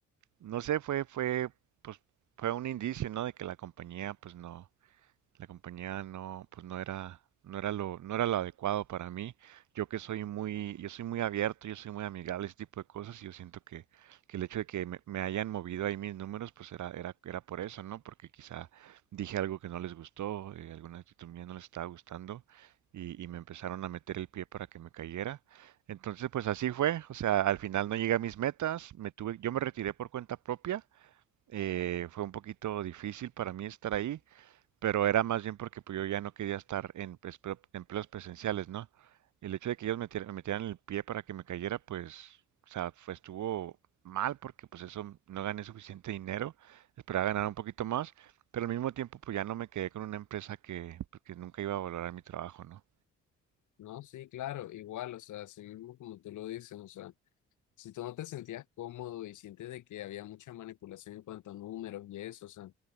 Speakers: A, on the right; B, on the left.
A: no sé, fue, fue, pues fue un indicio, ¿no? De que la compañía pues no, la compañía no, pues no era, no era lo, no era lo adecuado para mí. Yo que soy muy, yo soy muy abierto, yo soy muy amigable, ese tipo de cosas, y yo siento que, que el hecho de que me, me hayan movido ahí mis números, pues era, era, era por eso, ¿no? Porque quizá dije algo que no les gustó, eh, alguna actitud mía no les estaba gustando, y, y me empezaron a meter el pie para que me cayera. Entonces, pues así fue. O sea, al final no llegué a mis metas, me tuve, yo me retiré por cuenta propia. eh, fue un poquito difícil para mí estar ahí, pero era más bien porque pues, yo ya no quería estar en pues, pre- empleos presenciales, ¿no? El hecho de que ellos metier- me metieran el pie para que me cayera, pues, o sea, fue- estuvo mal porque pues eso no gané suficiente dinero, esperaba ganar un poquito más, pero al mismo tiempo pues ya no me quedé con una empresa que, pues, que nunca iba a valorar mi trabajo, ¿no?
B: No, sí, claro, igual, o sea, así mismo como tú lo dices, o sea, si tú no te sentías cómodo y sientes de que había mucha manipulación en cuanto a números y eso, o sea,